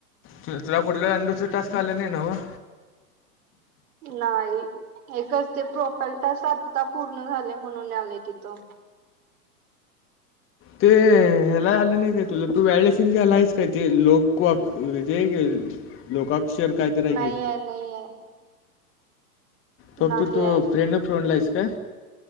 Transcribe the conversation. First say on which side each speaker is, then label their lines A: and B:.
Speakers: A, on the left (about 25°); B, on the right (about 65°).
A: तु तुला कुठ आणि दुसरा टास्क आला नाही नव्ह...
B: नाही.... एकच ते प्रोफाईल टास्क आत्ता पूर्ण झालंय म्हणून आलाय तिथ....
A: ते ह्याला आलं नाही काय तुला तू वलिडेशन झालाय की लोक कॉक..... हेज लोकाक्षर काहीतरी आहे
B: नाहीये
A: की.....
B: नाहीये
A: फक्त
B: नाहीये
A: तू फ्रेंड अ फोनला आहेस का....